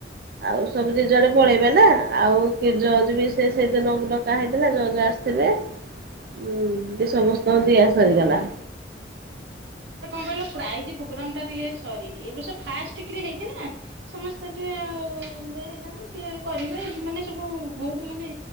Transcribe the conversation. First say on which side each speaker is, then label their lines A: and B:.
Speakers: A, on the right; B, on the right.
A: ଆଉ ସବୁ ଯିଏ ଯୁଆଡ଼େ ପଳେଇବେ ନା ଆଉ କି ଜଜ ବି ସେ ସେଇଦିନ ଡକା ହେଇଥିଲା ଜଜ ଆସିଥିଲେ ଉ ସମସ୍ତଙ୍କୁ ଦିଆ ସରିଗଲା।
B: ପ୍ରଜ ପ୍ରୋଗ୍ରାମ ଟା ଟିକେ ସରିନି ଏ ବର୍ଷ ଫାଷ୍ଟ କିରି ହେଇଛି ନା ସମସ୍ତେ ଟିକେ ଇଏ ହେଇଛନ୍ତି କରିବେ ମାନେ ସବୁ ବହୁତ ମାନେ